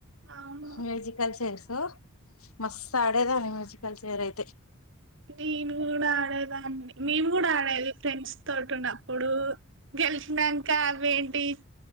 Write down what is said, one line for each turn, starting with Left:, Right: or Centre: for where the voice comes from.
Right: అవును
Left: మ్యూజికల్ చైర్సు మస్త్ ఆడేదాని మ్యూజికల్ చైర్ అయితే,
Right: నేను కూడా ఆడేదాన్ని మేము కూడా ఆడేది ఫ్రెండ్స్ తోటి ఉన్నప్పుడు, గెలిచినాక అవేంటి